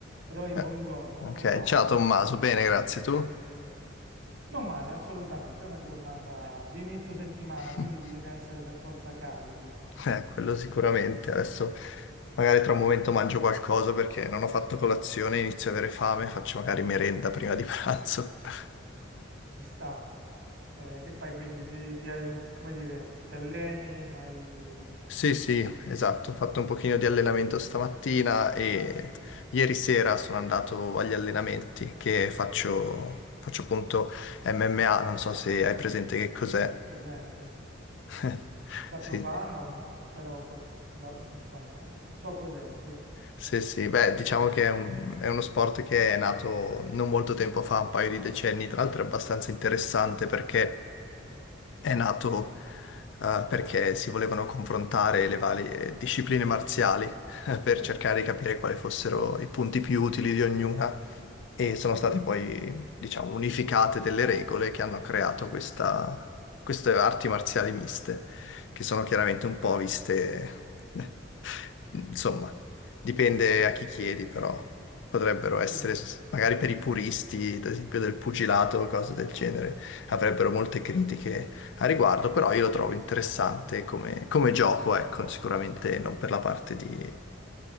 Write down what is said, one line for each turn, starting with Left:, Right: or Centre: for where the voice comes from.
Right: Roy,
Left: Eh,
Right: buongiorno,
Left: ok,
Right: come va?
Left: ciao Tommaso, bene, grazie tu.
Right: Non male, assolutamente, è una giornata di inizio settimana, quindi
Left: <laughs>
Right: bisogna essere per forza carichi,
Left: Eh, quello sicuramente. Adesso magari tra un momento mangio qualcosa perché non ho fatto colazione, inizio ad avere fame, faccio magari merenda prima di pranzo. <laughs>
Right: ci sta. Eh, che fai quindi? Ti, ti, come dire, ti alleni, hai
Left: Sì, sì, esatto, ho fatto un pochino di allenamento stamattina e ieri sera sono andato agli allenamenti che faccio, faccio appunto MMA, non so se hai presente che cos'è.
Right: presente?
Left: <laughs>
Right: Da profano,
Left: Sì.
Right: mm, però qual- la- insomma, so cos'è, sì.
Left: Sì, sì, beh, diciamo che è, un- è uno sport che è nato non molto tempo fa, un paio di decenni, tra l'altro è abbastanza interessante perché è nato eh, perché si volevano confrontare le varie discipline marziali eh, per
Right: Sì,
Left: cercare di capire quali fossero i punti più utili di ognuna e sono state poi, diciamo, unificate delle regole che hanno creato questa- queste arti marziali miste, che sono chiaramente un po' viste, <laughs> insomma, dipende a chi chiedi, però potrebbero essere,
Right: sì,
Left: s- magari per i puristi, ad esempio del pugilato o cose del genere, avrebbero molte critiche a riguardo, però io lo trovo interessante come, come gioco, ecco, sicuramente non per la parte di,